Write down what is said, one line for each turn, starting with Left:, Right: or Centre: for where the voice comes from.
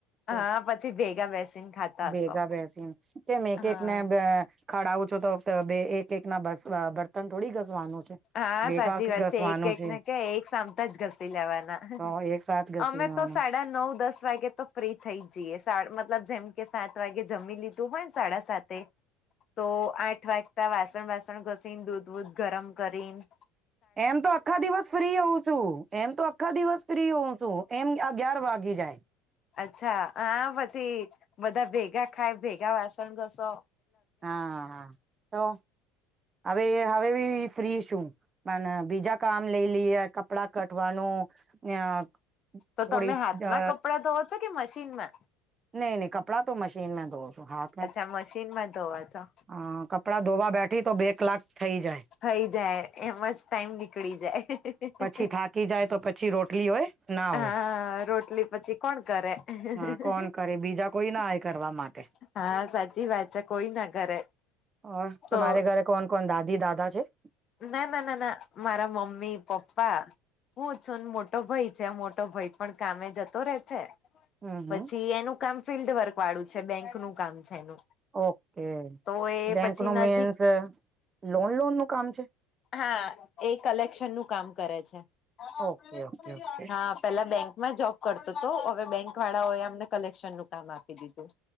Right: <unintelligible>
Left: હા પછી ભેગા બેસીને ખાતા
Right: ભેગા
Left: હશો
Right: બેસીન કેમ એક
Left: હા
Right: એક ને બ અ ખડાવું છો તો ત બે એક એક ના <unintelligible> બર્તન થોડી ઘસવાનું છે
Left: હા
Right: ભેગા
Left: સાચી વાત
Right: ઘસવાનું
Left: છે એક એક
Right: છે
Left: ને ક્યાં એક સામટા જ ઘસી લેવાના <unintelligible>
Right: તો એક સાથ ઘસીવાનું
Left: અમે તો સા નવ દસ વાગે તો ફ્રી થઈ જ જઈએ સા મતલબ જેમ કે સાત વાગે જમી લીધું હોયન સાડા સાત તે તો આઠ વાગતા વાસણ બાસણ ઘસીન દૂધવૂધ ગરમ કરીન
Right: એમ તો આખા દિવસ ફ્રી હોઉ છું. એમ તો આખા દિવસ ફ્રી હોઉં છું એમ અગિયાર વાગી જાય.
Left: અચ્છા હા પછી બધા ભેગા ખાય ભેગા વાસણ ઘશો.
Right: હા હા તો હવેએ હવે બી ફ્રી શું. ના ના બીજા કામ લેઈ લેઈએ કપડા કટવાનું અ
Left: તો
Right: થોડી
Left: તમે હાથમાં
Right: અ
Left: કપડા ધોવો છો કે મશીનમાં?
Right: નઈ ની કપડા તો મશીન માં ધોવું છું હાથ
Left: અચ્છા મશીનમાં ધોવા છો.
Right: હા કપડા ધોવા બેઠી તો બે કલાક. થઈ જાય
Left: થઈ જાય એમ જ ટાઈમ નીકળી જાય <unintelligible>
Right: કે થાકી જાય તો પછી રોટલીઓ હોય ના. હોય
Left: હા રોટલી પછી કોણ કરે? <unintelligible>
Right: હ કોણ કરે બીજા કોઈ ના હોય કરવા માટે
Left: હા સાચી વાત છે કોઈ ના કરે.
Right: હ
Left: તો
Right: તમારે ઘરે કોણ કોણ દાદી દાદા છે?
Left: ના ના ના ના મારા મમ્મી પપ્પા. હું છું ન મોટો ભાઈ છે મોટો ભાઈ પણ કામે જતો રે છે.
Right: હમ હમ
Left: પછી એનું કામ ફિલ્ડ વર્ક વાળું છે બેંક નું કામ છે એનું.
Right: ઓકે
Left: તો એ
Right: બેંકનો
Left: પછી નજીક
Right: મીન્સ લોન લોન નું કામ છે
Left: હા એ કલેક્શનનું કામ કરે છે <unintelligible>
Right: ઓકે ઓકે ઓકે
Left: હા. પેલા બેંકમાં જોબ કરતો તો હવે બેંક વાળાઓએ અમને કલેક્શનનું કામ આપી દીધું.